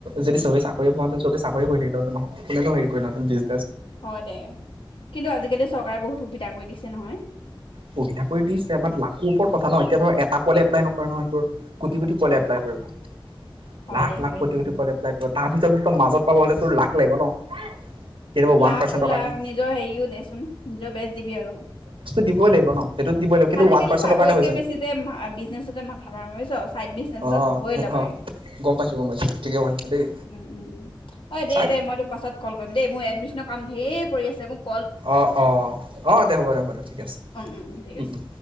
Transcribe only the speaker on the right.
যদি চবেই চাক চাকৰি পোৱা হেতেন চবেই চাকৰি কৰি থাকিলে দহ দহ নহ কোনে হেৰি কৰি নতুন বিজ
সুবিধা কৰি দিছে বাট লাকৰ ওপৰত কথা ন। এতিয়া ধৰ এটা পোৱালিয়ে এপ্লাই নকৰে নহয়, কোটি কোটি পোৱালিয়ে এপ্লাই কৰিব।
লাখ
লাখ কোটি কোটি পোৱালিয়ে এপ্লাই কৰে, তাৰ ভিতৰত ত মাজত পাব হ'লে তোৰ লাক লাগিব ন কেতিয়াবা ওৱান
পাৰ্চেণ্টৰ
কাৰণে
দিব লাগ। ব ন সেইটোত দিবই লাগিব কিন্তু
ওৱান পাৰ্চেণ্টৰ
কাৰণে হৈ যায়
অ
অ গম পাইছোঁ গম পাইছোঁ ঠিকে কৈছ দেই
চাই
অ অ অ দে হ'ব দে হ'ব দে ঠিক আছে
উম উম
উম